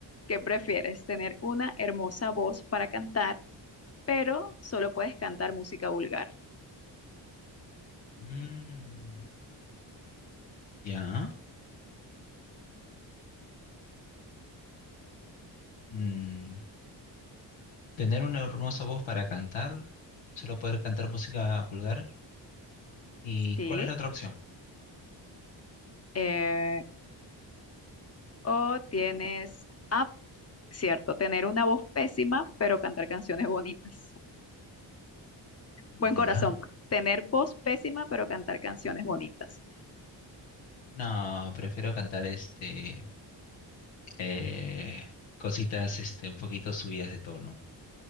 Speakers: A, on the left; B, on the left.
A: ¿Qué prefieres? Tener una hermosa voz para cantar, pero solo puedes cantar música vulgar.
B: Mm, ya. Mm, tener una hermosa voz para cantar, solo poder cantar música vulgar. ¿Y
A: Sí.
B: cuál es la otra opción?
A: Eh, o tienes, ah, cierto, tener una voz pésima, pero cantar canciones bonitas. Buen
B: Ya.
A: corazón, pues. Tener voz pésima, pero cantar canciones bonitas.
B: No, prefiero cantar este. eh, cositas este, un poquito subidas de tono.